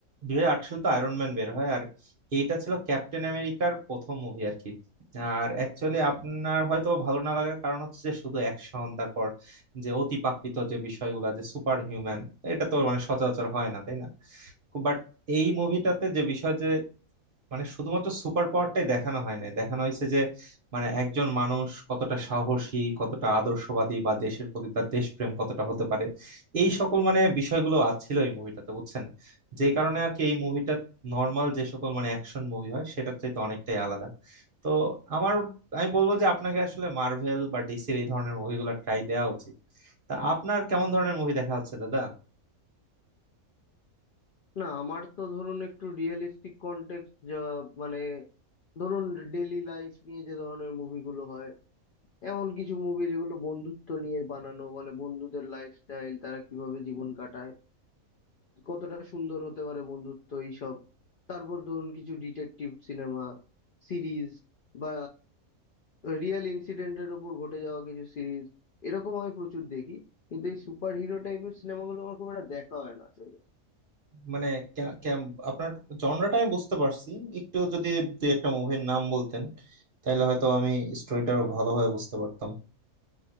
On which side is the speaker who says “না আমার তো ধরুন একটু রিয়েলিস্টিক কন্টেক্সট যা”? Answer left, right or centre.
Left